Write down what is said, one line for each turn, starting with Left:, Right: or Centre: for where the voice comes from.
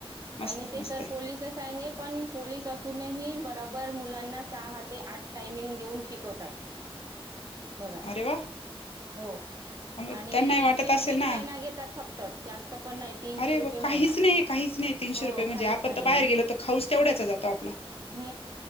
Left: मस्त
Right: आणि
Left: आहे,
Right: ते
Left: मस्त
Right: सर
Left: आहे,
Right: पोलीसच आहे पण पोलीस असूनही बराबर मुलांना सहा ते आठ टाइमिंग देऊन शिकवतात बघा
Left: अरे वा
Right: हो
Left: त्यांना
Right: आणि तीनशे
Left: वाटत असेल
Right: रुपयेच
Left: ना
Right: महिना घेतात फक्त जास्त पण नाही तीनशे
Left: अरे
Right: रुपये
Left: काहीच
Right: महिना
Left: नाही काहीच नाही तीनशे
Right: हो
Left: रुपये म्हणजे
Right: काहीच
Left: आपण
Right: नाही
Left: तर बाहेर गेलो तर खाऊ तेवढ्याचा जातो आपला
Right: हू